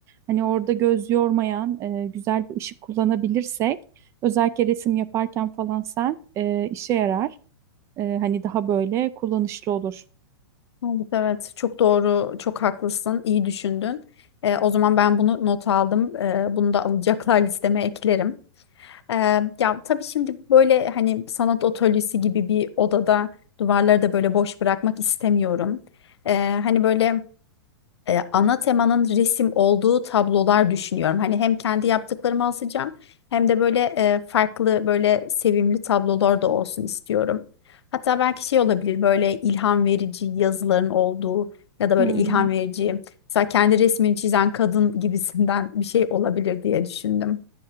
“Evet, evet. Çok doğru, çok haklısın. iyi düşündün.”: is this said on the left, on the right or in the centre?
Left